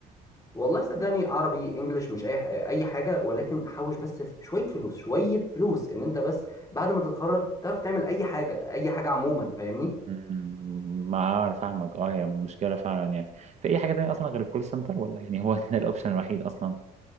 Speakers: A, on the left (about 20°); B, on the right (about 40°).
A: والله صدقني عربي انجليش مش اي ح- اي حاجه ولكن حوش بس في شويه فلوس شويه فلوس ان انت بس بعد ما تتخرج تعرف تعمل اي حاجه اي حاجه عموما فاهمني
B: مم، ما اعرف فاهمك اه هي مشكله فعلا يعني في اي حاجه تانية اصلا غير الكول سنتر ولا يعني هو <laughs> ده الاوبشن الوحيد اصلا